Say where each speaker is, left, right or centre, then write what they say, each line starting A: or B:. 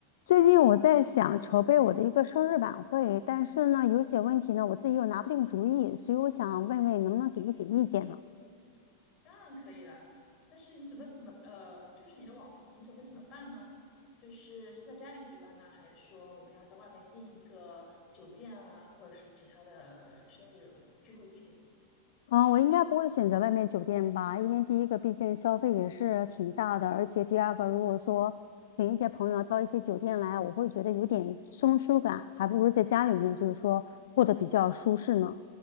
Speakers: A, on the left; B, on the left.
A: 最近我在想筹备我的一个生日晚会，但是呢，有一些问题呢，我自己又拿不定主意，所以我想问问你能不能给一些意见呢？
B: 当然可以啦，但是你准备怎么呃，就是你的网，你准备怎么办呢？就是是在家里举办呢，还是说我们要在外面订一个酒店啊，或者是其他的生日聚会地点？
A: 嗯，我应该不会选择外面酒店吧，因为第一个毕竟消费也是挺大的，而且第二个如果说请一些朋友到一些酒店来，我会觉得有点生疏感，还不如在家里面就是说过得比较舒适呢。